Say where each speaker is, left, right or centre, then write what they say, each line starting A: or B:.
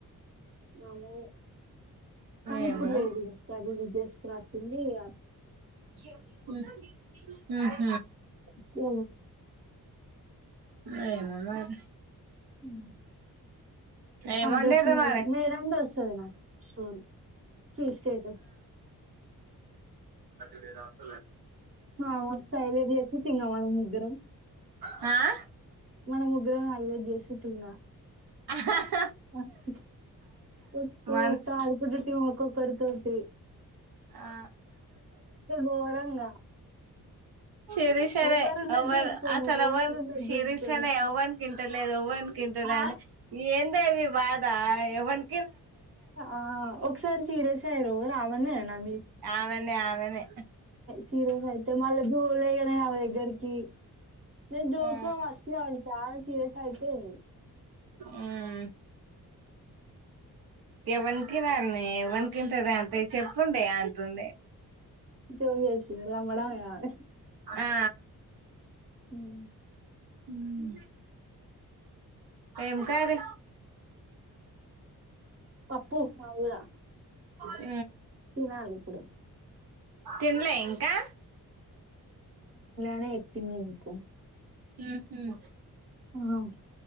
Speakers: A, on the right; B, on the right.
A: హ్మ్ కానీ
B: ఏమో
A: ఇప్పుడు లేదు గా <unintelligible> చేసుకొనిస్తుంది ఇగ
B: హ్మ్ హ్మ్
A: సో
B: ఏమో మరి
A: హ్మ్
B: ఏం
A: సంతోషని
B: వండిర్రు మరి
A: మేడం దోస్తది నా స్టోరీ చి స్టేటస్ స్టో
B: టి రాస్త
A: మ సైగ చేసి తిన్నమని ముగ్గరం
B: ఆ
A: మన ముగ్గురం అయోధ్య చేసుటున్న
B: ఆహా
A: వట్టు
B: మంత్
A: <unintelligible> <unintelligible> కోర్తుతి
B: ఆ
A: ఘోరంగా
B: సిరి సరే
A: ఎవరున్నది
B: ఎవర్
A: చూసుకోను
B: అసల్
A: ఎవరున్నది
B: ఎవన్ సిరి
A: చూసుకోను
B: సనే ఎవన్ కిన్ తేలేదు ఎవర్ ఇంక ఎంతనేనా
A: ఆ,
B: అండి ఏంది ఎ మి బాధ దా ఎవన్
A: ఆ ఒకసారి సీరియస్ వొతారో రామని నేను అన్న
B: ఆమెన్న ఆమెనే
A: చిర కాడితే మళ్ళ బూరెలు ఏయనే ఆమె దెగ్గరికి నేను జోక్
B: ఆ
A: గా మస్తు లే అంటస్ సిరస్ అయిపోయింది
B: మ్మ్ ఎవనికి నన్నే ఎవ తింటాదే అంటే చెప్పుండే అంటుంది
A: తొవ్ చేసింది రాంగ రాంగ
B: ఆ
A: హ్మ్
B: హ్మ్ ఏం కర్రీ
A: పప్పు అల్లా
B: అ
A: తినాలి ఇప్పుడు.
B: తినలే ఇంకా.
A: ఆహ్ చెప్పంది నీకు
B: ఉహు ఉమ్
A: ఆహ్.